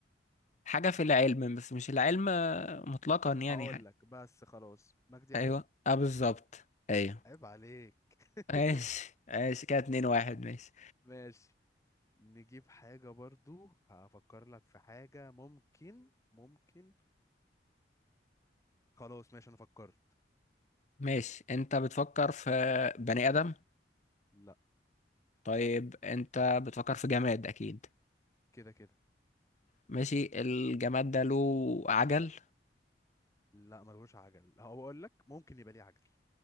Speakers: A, on the left (about 40°); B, on the left (about 15°).
A: حاجة في العلم بس مش العلم مطلقا يعني
B: هقول
A: ح-
B: لك بس خلاص مجدي يعقوب
A: ايوه اه بالظبط ايوه
B: عيب عليك <laughs>
A: ماشي ماشي كده اتنين واحد ماشي
B: ماشي نجيب حاجة برضو هفكر لك في حاجة ممكن ممكن خلاص ماشي انا فكرت
A: ماشي انت بتفكر في بني آدم
B: لا
A: طيب انت بتفكر في جماد اكيد
B: كده كده
A: ماشي الجماد ده له عجل
B: لا ملهوش عجل هو اقول لك ممكن يبقى ليه عجل